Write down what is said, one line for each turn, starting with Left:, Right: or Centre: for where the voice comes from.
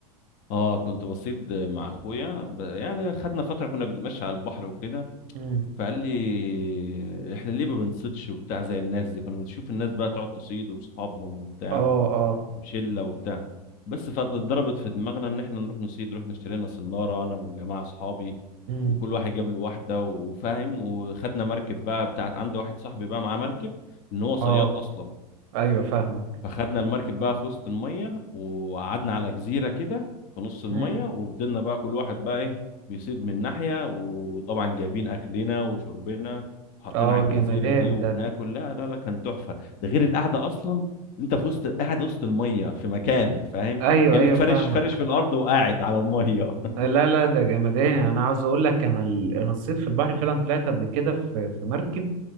Left: اه كنت بصيد مع اخويا ب... يعني خدنا فتره كنا بنتمشى على البحر وكده
Right: مم.
Left: فقال لي احنا ليه ما بنصيدش وبتاع زي الناس دي كنا بنشوف الناس بقى تقعد تصيد واصحابهم وبتاع
Right: اه اه
Left: وشله وبتاع بس فضربت في دماغنا ان احنا نروح نصيد رحنا اشترينا سناره انا وجماعه اصحابي
Right: مم.
Left: وكل واحد جاب له واحده وفاهم وخدنا مركب بقى بتاعت عند واحد صاحبي بقى معاه مركب ان هو صياد
Right: اه
Left: اصلا
Right: ايوه فاهمك
Left: فخدنا المركب بقى في وسط الميه وقعدنا على جزيره كده في نص الميه
Right: مم.
Left: وفضلنا بقى كل واحد بقى ايه بيصيد من ناحيه وطبعا جايبين اكلنا وشربنا وحاطين
Right: اه
Left: على الجزيره
Right: جمدان
Left: دي وبناكل
Right: ده
Left: لا لا لا كان تحفه ده غير القعده اصلا انت في وسط قاعد وسط الميه في مكان فاهم
Right: ايوه
Left: كانك
Right: ايوه
Left: فرش
Right: فاهمك
Left: فرش في الارض وقاعد على الميه <laughs>
Right: لا لا ده جمدان يعني انا عاوز اقول لك انا ال... انا صيد في البحر فعلا طلعت قبل كده في في مركب